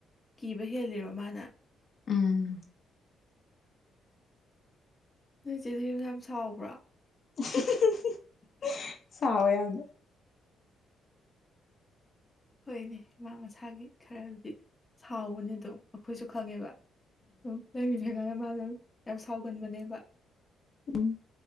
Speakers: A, on the left (about 20°); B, on the left (about 50°).
A: ꯀꯤꯕ ꯍꯦꯜꯂꯤꯔꯣ ꯃꯥꯅ
B: ꯎꯝ
A: ꯅꯣꯏꯆꯦꯗꯤ ꯌꯨꯝ ꯌꯥꯝ ꯁꯥꯎꯕ꯭ꯔꯥ
B: ꯎꯝ ꯍꯝ ꯁꯋ ꯌꯥꯅ
A: ꯍꯣꯏꯅꯦ ꯏꯃꯥ ꯃꯁꯥꯒꯤ ꯈꯔꯗꯤ ꯁꯥꯎꯕꯅꯦ ꯑꯗꯨ ꯑꯩꯈꯣꯏꯁꯨ ꯈꯪꯉꯦꯕ ꯎꯝ ꯂꯩꯃꯤꯉꯗ ꯃꯥꯗꯣ ꯌꯥꯝ ꯁꯥꯎꯒꯟꯕꯅꯦꯕ
B: ꯎꯝ